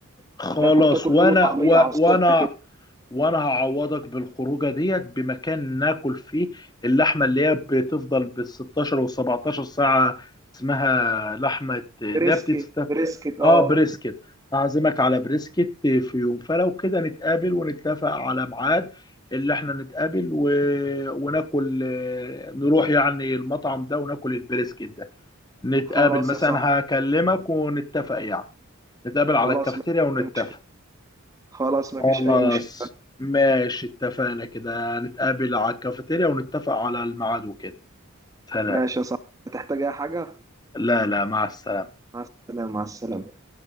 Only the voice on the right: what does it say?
ناكل تاكل
فول وطعميه
على الصبح
كده
بريسكت
بريسكت اه
خلاص
يا صاحبي
خلاص
مفيش خلاص مفيش
أي مشكلة
ماشي يا صاحبي هتحتاج أي حاجة
مع السلامة مع السلامة